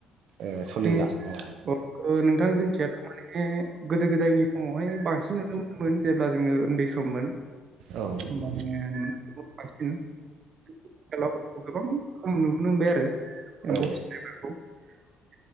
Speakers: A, on the right; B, on the right.
A: ओ सोलिला
B: जोंनिथि
A: औ
B: ओ नोंथां जोंथिया थारमाने गोदो गोदायनि समाव हाय बांसिन नुनोमोन जेब्ला जोङो उन्दै सममोन
A: औ उम
B: मान <unintelligible> आ <unintelligible> हेल'ब <unintelligible> खम नुबोनो मोनबाय आरो
A: औ
B: एमफौ <unintelligible>